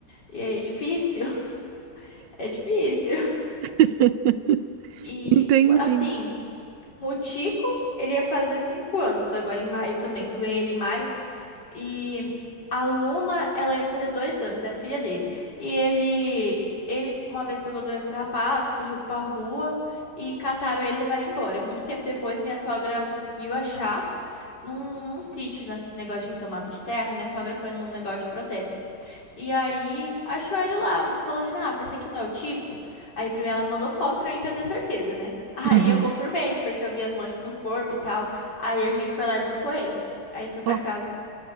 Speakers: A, on the left (about 70°); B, on the right (about 80°).
A: E aí é difícil, <laughs> é difícil.
B: <laughs>
A: E
B: Entendi.
A: assim, o Tico, ele ia fazer cinco anos agora em maio também, que eu ganhei ele em maio. E a Luna, ela ia fazer dois anos, é filha dele. E ele, ele uma vez pegou doença do carrapato, fugiu pra rua e cataram ele e levaram embora. Muito tempo depois, minha sogra conseguiu achar num, num sítio, nesse negócio de retomada de terra. Minha sogra foi num negócio de protesto. E aí achou ele lá, falou: Renata, esse aqui não é o Tico? Aí primeiro ela mandou foto pra mim pra ter certeza, né? Aí
B: Uhum.
A: eu confirmei, porque eu vi as manchas no corpo e tal. Aí a gente foi lá e buscou ele. Aí foi pra
B: Ó,
A: casa.